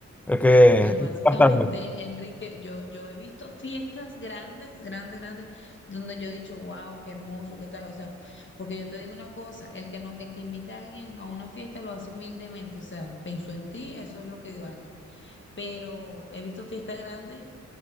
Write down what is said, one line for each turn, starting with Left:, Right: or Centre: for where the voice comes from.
Centre: Es que
Left: Bueno,
Centre: es
Left: básicamente,
Centre: bastante.
Left: Enrique, yo, yo he visto fiestas grandes, grandes, grandes, donde yo he dicho, wow, qué hermoso, qué tal. O sea, porque yo te digo una cosa, el que no, el que invita a alguien a una fiesta lo hace humildemente, o sea, pensó en ti, eso es lo que vale. Pero he visto fiestas grandes